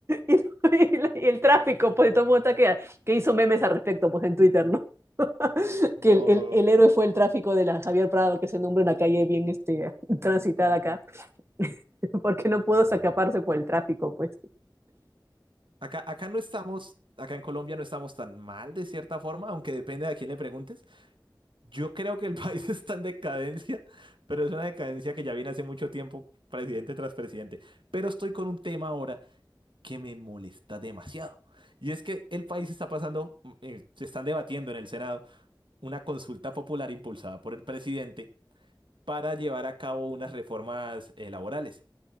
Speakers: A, on the right (about 30°); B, on the right (about 85°).
A: Y, y la- y el tráfico, pues todo el mundo está que, que hizo memes al respecto, pues en Twitter, ¿no? <laughs>
B: No.
A: Que el, el- el héroe fue el tráfico de la Javier Prado, que se nombra una calle bien este, <laughs> transitada acá, <laughs> porque no pudo escaparse
B: No, no, no.
A: por el tráfico, pues.
B: Acá, acá no estamos, acá en Colombia no estamos tan mal de cierta forma, aunque depende de a quién le preguntes. Yo creo que el <laughs> país está en decadencia, pero es una decadencia que ya viene hace mucho tiempo, presidente tras presidente. Pero estoy con un tema ahora que me molesta demasiado. Y es que el país está pasando, mm, eh, se están debatiendo en el Senado una consulta popular impulsada por el presidente para llevar a cabo unas reformas eh, laborales.